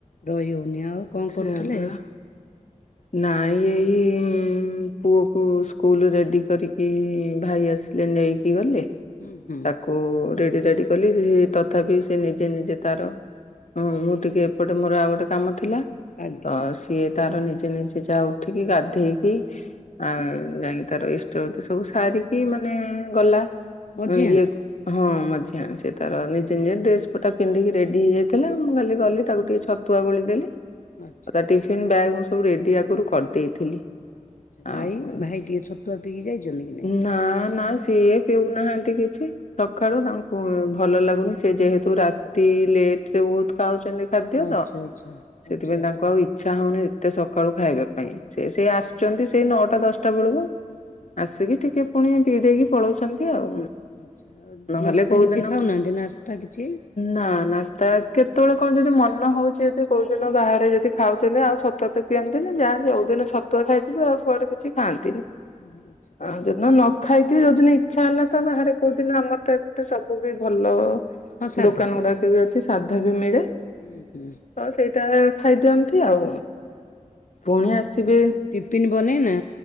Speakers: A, on the left; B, on the left.
A: ରହିହଉନି ଆଉ। କଣ
B: <unintelligible>
A: କରୁଥିଲେ
B: ନାଇଁ ଏଇ ପୁଅକୁ ସ୍କୁଲ ରେଡି କରିକି କି ଭାଇ ଆସିଲେ ନେଇକି ଗଲେ।
A: ଉଁ ହୁଁ।
B: ଓ ରେଡ଼ି ରାଡ଼ି କଲି ତଥାପି ସେ ନିଜେ ନିଜେ ତାର ହଁ ମୁଁ ଟିକେ ଏପଟେ ମୋର ଆଉ ଗୋଟେ କାମ ଥିଲା।
A: ଆଜ୍ଞା
B: ତ
A: ଆଜ୍ଞା
B: ସିଏ ତାର ନିଜେ ନିଜେ ଯାହା ଉଠିକି ଗାଧେଇକି ଆଉ ଯାଇକି ତାର ଇଷ୍ଟ ବୁତି ସବୁ ସାରିକି ମାନେ ଗଲା।
A: ମଝିଆ
B: ଇଏ ହଁ ମଝିଆ
A: ଆଚ୍ଛା
B: ସେ ତାର ନିଜେ ନିଜେ ଡ୍ରେସ ପଟା ପିନ୍ଧିକି ରେଡି ହେଇଯାଇ ଥିଲା ମୁଁ ଖାଲି
A: ହୁଁ
B: ଗଲି
A: ହୁଁ
B: ତାକୁ ଟିକେ ଛତୁଆ ଗୋଳି ଦେଲି।
A: ଆଚ୍ଛା
B: ଆଉ ତା ଟିଫିନ ବ୍ୟାଗ୍ ମୁଁ ସବୁ ରେଡି ଆଗରୁ କରିଦେଇଥିଲି।
A: ଭାଇ
B: ଆଉ
A: ଭାଇ ଟିକେ ଛତୁଆ ପିକି ଯାଇଛନ୍ତି? କି ନାଇଁ
B: ନା ନା ସିଏ ପିଉନାହାନ୍ତି କିଛି। ସକାଳୁ ତାଙ୍କୁ ଭଲ ଲାଗୁନି ସେ ଯେହେତୁ ରାତି ଲେଟ ରେ ବହୁତ ଖାଉଛନ୍ତି। ଖାଦ୍ୟ
A: ଆଚ୍ଛା
B: ତ
A: ଆଚ୍ଛା ଆଚ୍ଛା
B: ସେଥିପାଇଁ ତାଙ୍କୁ
A: ଆଚ୍ଛା
B: ଆଉ ଇଚ୍ଛା ହଉନି ଏତେ ସକାଳୁ ଖାଇବା ପାଇଁ ସେ ସେଇ ଆସୁଛନ୍ତି ସେଇ ନଅଟା ଦଶଟା ବେଳକୁ। ଆସିକି ଟିକେ ପୁଣି ପିଇ ଦେଇକି ପଳଉଛନ୍ତି ଆଉ।
A: ଆଚ୍ଛା ଆଉ
B: ନହେଲେ
A: ନାସ୍ତା
B: କୋଉଦିନ
A: କିଛି ଖାଉନାହାନ୍ତି ନାସ୍ତା କିଛି
B: ନା ନାସ୍ତା କେତେବେଳେ କଣ ଯଦି ମନ ହଉଛି ଯଦି କୋଉଦିନ ବାହାରେ ଯଦି ଖାଉଛନ୍ତି ଆଉ ସତ ପିଅନ୍ତିନି ଯାହା ଯଉଦିନ ଛତୁଆ ଖାଇଥିବେ ଆଉ କୁଆଡେ କିଛି ଖାଆନ୍ତିନି।
A: ହୁଁ ହୁଁ।
B: ଆଉ ଯୋଉଦିନ ନ ଖାଇଥିବି ଯୋଉଦିନ ଇଚ୍ଛା ହେଲା ତ ବାହାରେ କୋଉଦିନ ଆମର ତ ଏପଟେ ସବୁ ବି ଭଲ
A: ହଁ ସାଧା
B: ଦୋକାନ ଗୁଡାକ ବି ଅଛି ସାଧା ବି ମିଳେ।
A: ହୁଁ ହୁଁ
B: ହଁ ସେଇଟା ଖାଇଦିଅନ୍ତି ଆଉ ପୁଣି ଆସିବେ
A: ଟିଫିନ ବନେଇନା?